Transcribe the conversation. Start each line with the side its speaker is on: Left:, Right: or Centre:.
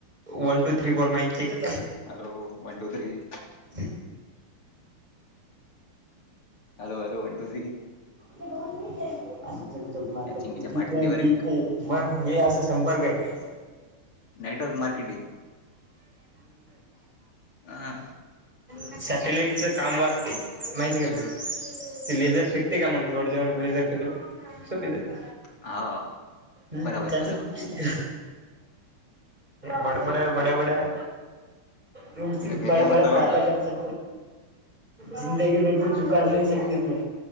Right: one two three four mic check..
Left: hello one two three..
Right: <unintelligible>
Left: hello hello one two three
Right: आणि चट झप मारतात.
Left: त्या चिंगीच्या पाठीत
Right: तथे तथे
Left: देवर एक
Right: मग हे असा संपर्क आहे.
Left: नेटवर्क मार्केटिंग हा
Right: <unintelligible> सॅटेलाइटचं काम वाचते माहिती का? तुमही. तेी लेझर फेकते का मग जवळ जवळ लेझर फेकल सोपी जाते.
Left: हा
Right: हम्
Left: बराबर
Right: त्याची
Left: बराबर
Right: ख. बडबडे बडेबडे.. तुमची
Left: ते फेक्या
Right: ब़डब़ड
Left: मारा लागली
Right: बाते करते. जिंदगी मे कुछ उखड नाही सकते तूम